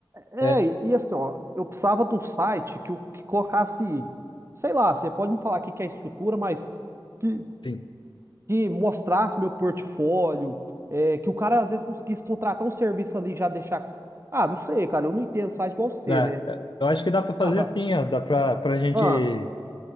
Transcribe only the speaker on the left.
É,
Sim.
né?
Eu acho que dá para fazer
assim, ó, dá para para a gente